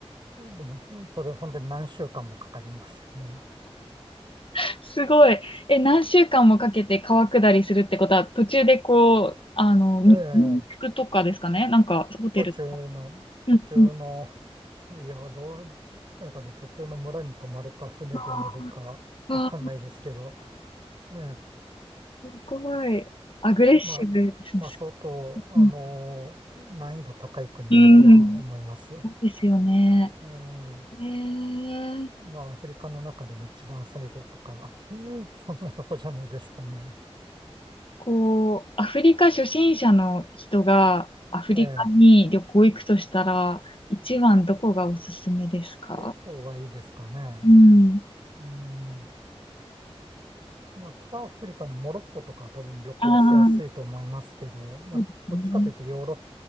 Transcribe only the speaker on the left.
<laughs> すごい。え、何週間もかけて川下りするってことは、途中でこう、あの、み民宿とかですかねなんか、
ホテルとか。
うんうん。
ああ、
すごい。アグレッシブですね。
うん
うんそうですよね。
ええ
こう、アフリカ初心者の人がアフリカに旅行行くとしたら、
一番どこがおすすめですか
うん。
ああ、
そうですね。